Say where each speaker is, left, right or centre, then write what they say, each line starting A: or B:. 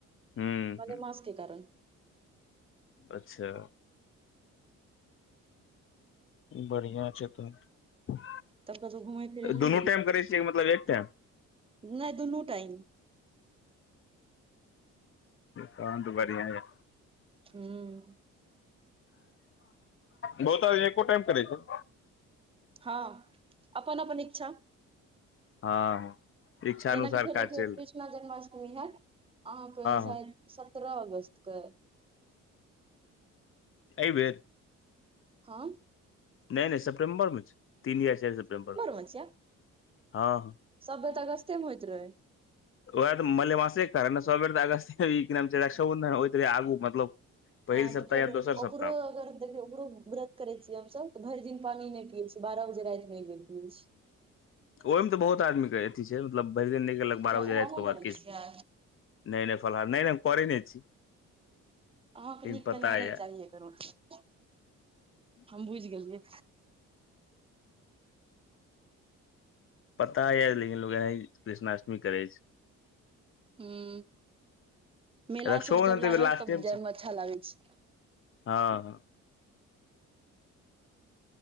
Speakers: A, on the left (about 45°); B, on the right (about 20°).
A: हूं
B: मलेमास
A: हूं।
B: के कारण
A: अच्छा। बढ़ियां छै तहन
B: तब कतौ घुमै फिरै लए नहि
A: दुनू टाइम करै छियै कि मतलब एक टाइम?
B: नै दुनू टाइम।
A: तहन त बढ़ियाँ यऽ।
B: हूं।
A: बहुता य एको टाइम करै छै।
B: हॅं अपन-अपन इच्छा।
A: हॅं इच्छानुसार
B: जेनाकि फेर
A: काज
B: देखियौ
A: चेल
B: कृष्णा जन्माष्टमी हेएत अहाँके शायद
A: हँ
B: सत्रह अगस्त के।
A: अइ बेेर?
B: हॅं।
A: नै - नै सेप्टेम्बर मे छै तीन या चाइर सेप्टेम्बर
B: मे छियै
A: हॅं।
B: सब बेर तऽ अगस्ते मे होइत रहै।
A: ओएह त मलेमासे के कारण ने सब बेर त अगस्ते मे ई की नाम छै रक्षोबंधन होएत रहै आगू मतलब पहिल
B: हॅं
A: सप्ताह
B: त फेर
A: या दोसर
B: ओकरो
A: सप्ताह
B: अगर देखियौ ओकरो ब्रत करै छियै हमसब तऽ भरि दिन पानी नै पियै छियै बारह बजे राइत मे एकबेर पियै छियै।
A: ओइ मे तऽ बहुत आदमी के अथी छै मतलब भरि दिन नै खेलक बारह
B: किया
A: बजे
B: ओ
A: राइत
B: अहूँ
A: के
B: करै
A: बाद किछ
B: छियै
A: नै-नै फलहार नै-नै हम करै नै छी।
B: अहाँके
A: लेकिन
B: नीक
A: पता
B: कनियां नै
A: य
B: चाही एकर मतलब हम बुझि गेलियै।
A: पता या लेकिन लूगाइ कृष्णाष्टमी करै छै।
B: हूँ मेला
A: रक्षोबंधन
B: सब जब
A: तऽ एहि
B: लागल
A: बेर लास्टे
B: तब जाय
A: छै
B: मे अच्छा लागै छै।
A: हँ हँ।